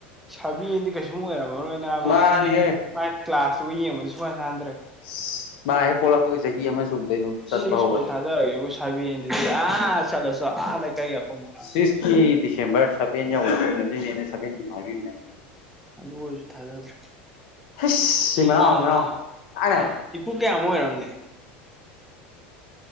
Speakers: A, in the centre; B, on the left.
A: ꯁꯕꯦꯟꯗꯤ ꯀꯩꯁꯨꯝ ꯑꯣꯏꯔꯝꯃꯔꯣꯏ ꯕ
B: ꯃꯥꯅꯦꯍꯦ
A: ꯃꯥꯒꯤ ꯀ꯭ꯂꯥꯁꯇꯕꯨ ꯌꯦꯡꯕꯗꯤ ꯁꯨꯃꯥꯏꯅ ꯆꯥꯟꯅꯗ꯭ꯔꯦ
B: <inaudible> ꯃꯥ ꯍꯦ ꯄꯣꯂꯥ ꯐꯣꯒ ꯆꯒ ꯑꯃ ꯁꯨꯗꯅ ꯁꯠꯚꯥꯎ
A: ꯁꯤꯛꯁ
B: ꯑꯣꯏꯔ
A: ꯐꯥꯎ ꯊꯥꯗꯔꯒꯦꯕꯨ ꯁꯥꯕꯦꯟꯗꯨꯗꯤ ꯑꯥ ꯆꯠꯂꯁꯨ ꯑꯥ ꯂꯩꯀꯥꯏꯒꯤ ꯑꯐꯪ ꯑꯥꯗ
B: ꯁꯤꯁꯀꯤ ꯗꯤꯁꯦꯝꯕꯔ ꯁ ꯌꯥ ꯁꯃꯕꯤ
A: ꯑꯗꯨ ꯑꯣꯏꯔꯁꯨ ꯊꯥꯖꯗ꯭ꯔꯦ
B: ꯍꯩꯁ
A: ꯁꯤꯃꯅꯥꯎ
B: ꯁꯤ ꯃꯅꯥꯎ
A: ꯃꯅꯥꯎ
B: ꯂꯥꯡꯅꯦ ꯍꯥꯏꯕ
A: ꯏꯄꯨ ꯀꯌꯥꯃ ꯑꯣꯏꯔꯝꯒꯦ